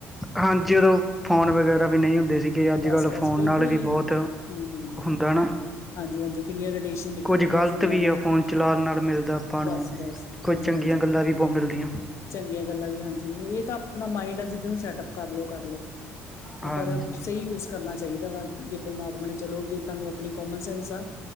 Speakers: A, in the centre; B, on the left.
A: ਹਾਂਜੀ ਉਦੋਂ ਫੋਨ ਵਗੈਰਾ ਵੀ ਨਹੀਂ ਹੁੰਦੇ ਸੀ਼। ਕਿ ਅੱਜ
B: ਬਸ
A: ਕੱਲ
B: ਬਸ
A: ਫੋਨ
B: ਬਿਲਕੁਲ
A: ਨਾਲ ਵੀ
B: ਨਹੀਂ
A: ਬਹੁਤ
B: ਹਾਂ ਹਾਂ
A: ਹੁੰਦਾ ਨਾ
B: ਹਾਂਜੀ ਹਾਂਜੀ ਕਿੰਨੀਆਂ ਰੇਡੀਏਸ਼ਨ ਨਿਕਲਦੀਆਂ
A: ਕੁਝ ਗਲਤ
B: ਫੋਨਾਂ
A: ਵੀ
B: ਨਾਲ
A: ਆ ਫੋਨ ਚਲਾਉਣ ਨਾਲ ਮਿਲਦਾ ਆਪਾਂ
B: ਬਸ
A: ਨੂੰ
B: ਬਸ
A: ਕੁਝ
B: ਹਾਂਜੀ
A: ਚੰਗੀ
B: ਹਾਂਜੀ
A: ਗੱਲਾਂ ਵੀ ਬਹੁਤ ਮਿਲਦੀਆਂ
B: ਚੰਗੀਆਂ ਗੱਲਾਂ ਵੀ ਹਾਂਜੀ ਇਹ ਤਾਂ ਆਪਣਾ ਮਾਇੰਡ ਆ ਜਿਹਦੇ ਨੂੰ ਸੈਟਅਪ ਕਰ ਲਓ, ਕਰਲਓ
A: ਹਾਂਜੀ
B: ਪਰ ਸਹੀ ਯੂਜ ਕਰਨਾ ਸਹੀ ਤਰ੍ਹਾਂ ਜੇ ਪਰਮਾਤਮਾ ਨੇ ਚਲੋ ਜੇ ਤੁਹਾਨੂੰ ਆਪਣੀ ਕੋਮਨ ਸੈਂਸ ਆ